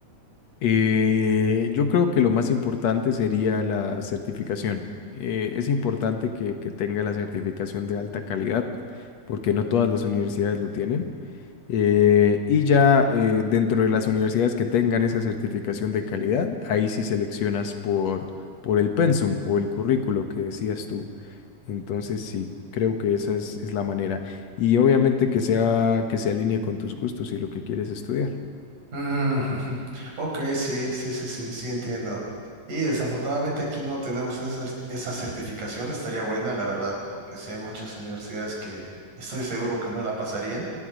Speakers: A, on the left; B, on the right.
A: Eh, yo creo que lo más importante sería la certificación. Eh, es importante que que tenga la certificación de alta calidad, porque no todas las universidades lo tienen. Eh, y ya eh, dentro de las universidades que tengan esa certificación de calidad, ahí sí seleccionas por, por el pensum o el currículo que decías tú. Entonces sí, creo que esa es, es la manera. Y obviamente que sea, que se alinee con tus gustos y lo que quieres estudiar.
B: Mm, ujú. Ok, sí, sí, sí, sí, sí, entiendo. Y desafortunadamente aquí no tenemos esa, cer- esa certificación, estaría buena, la verdad, porque sí hay muchas universidades que estoy seguro que no la pasarían.